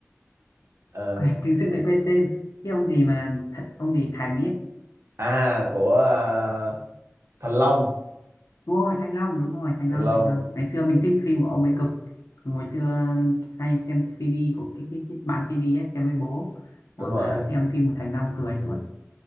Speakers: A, on the right (about 60°); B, on the left (about 80°).
A: Ờ,
B: quên tự dưng lại quên tên cái ông gì mà thật ông gì Thành ấy
A: à của ờ, Thành Long
B: đúng rồi Thanh Long đúng rồi Thanh
A: Thành
B: Long
A: Long
B: Thanh Long ngày xưa mình thích phim của ông ấy cực ngày xưa hay xem CD của cái cái, cái bán CD ấy, xem với bố
A: đúng
B: rồi
A: rồi
B: mà xem phim của Thành Long cười suốt